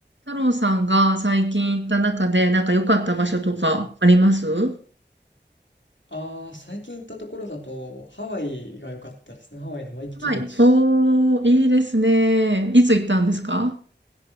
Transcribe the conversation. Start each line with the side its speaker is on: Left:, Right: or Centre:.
Right: 太郎さんが最近行った中で、なんか良かった場所とかあります
Left: ああ、最近行ったところだと、ハワイが良かったですね。ハワイのワイキキビーチ。
Right: はい。おー、いいですね。いつ行ったんですか